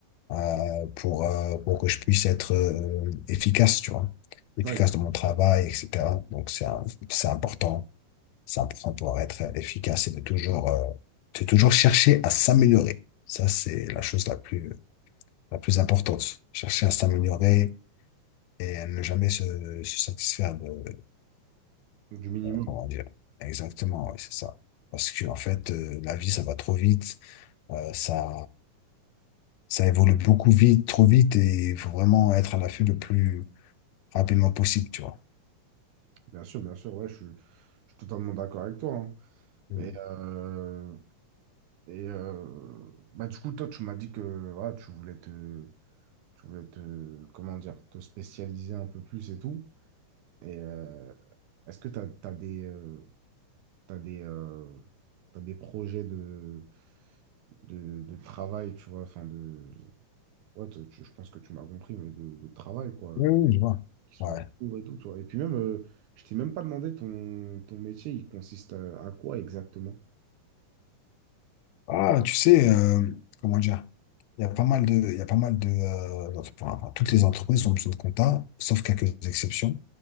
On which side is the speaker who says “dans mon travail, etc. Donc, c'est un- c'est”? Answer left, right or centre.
Left